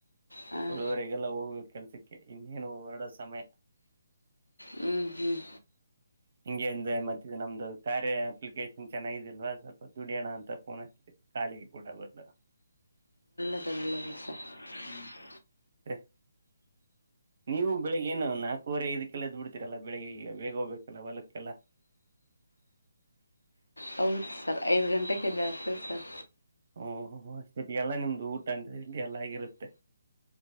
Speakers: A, on the left; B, on the right.
A: ಹಾಂ
B: ಯೊಳುವರೆಗೆಲ್ಲ ಹೋಗ್ಬೇಕ ಕೆಲ್ಸಕ್ಕೆ ಇನ್ನೇನು ಹೊರಡೊ ಸಮಯ
A: ಹ್ಮ್ ಹ್ಮ್
B: ಹಿಂಗೆಂದೆ ಮತ್ತ ನಮ್ದು ಕಾರ್ಯ ಅಪ್ಲಿಕೇಶನ್ ಚೆನ್ನಾಗಿದಿಲ್ವಾ ಸ್ವಲ್ಪ ದುಡಿಯೋಣ ಅಂತ ಫೋನ್ ಹಾಕಿದೆ ಕಾಲಿಗೆ ಕೂಡ ಬರ್ಲ್ಲ
A: <inaudible>
B: ಅತ್ತ ನೀವು ಬೆಳಿಗ್ ಏನು ನಾಲ್ಕೂುವರೆ ಐದಕ್ಕೆಲ್ಲ ಎದ್ ಬಿಡ್ತೀರಲ್ಲ ಬೆಳಿಗ್ಗೆ ಈಗ ಬೇಗ ಹೋಗ್ಬೇಕಲ್ಲ ಹೊಲಕ್ಕೆಲ್ಲ
A: ಹೌದು ಸರ್ ಐದು ಗಂಟೆಕ್ ಯದ್ ಏಳ್ತಿವಿ ಸರ್
B: ಒಹೊಹೊ ಅಷ್ಟೋತ್ತಿಗ್ ಎಲ್ಲಾ ನಿಮ್ದು ಊಟ ಅಂ ಎಲ್ಲಗಿರುತ್ತೆ